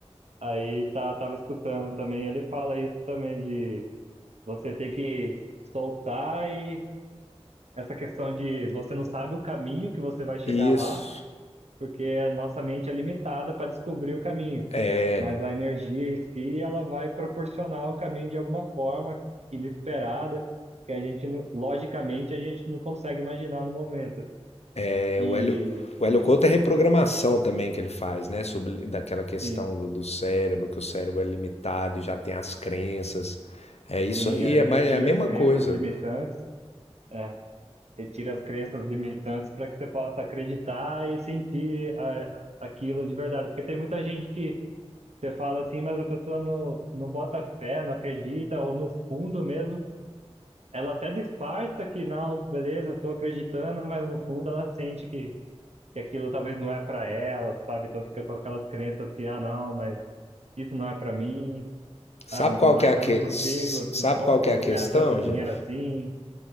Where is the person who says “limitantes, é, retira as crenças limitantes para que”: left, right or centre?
Right